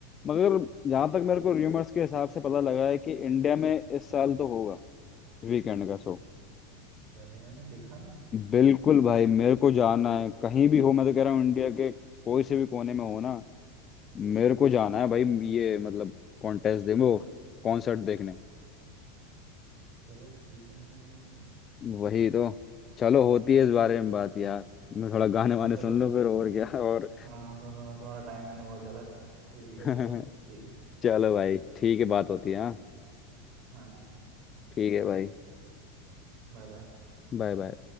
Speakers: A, on the left (about 30°); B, on the right (about 45°).
A: मगर जहां तक मेरे को र्यूमर्स के हिसाब से पता लगा है कि इंडिया में इस साल तो होगा वीकेंड का शो
B: चले जाना देखा ना
A: बिल्कुल भाई मेरे को जाना है कहीं भी हो मैं तो कह रहा हूँ इंडिया के कोई से भी कोने में हो ना मेरे को जाना है भाई ये मतलब कॉन्टेस्ट दे वो कॉन्सर्ट देखने
B: चलो ठीक है ऐसा कर लेंगे
A: वही तो चलो होती है इस बारे में बात यार मैं थोड़ा गाने वाने
B: चलो
A: सुन लूँ
B: चलो
A: फिर और क्या और
B: हाँ सुनो मैं तुम्हारा टाइम मैंने बहुत ज़्यादा ले लिया
A: <laughs>
B: चलो ठीक है
A: चलो भाई ठीक है बात होती है हाँ
B: हाँ ठीक है
A: ठीक है भाई
B: Bye bye
A: Bye bye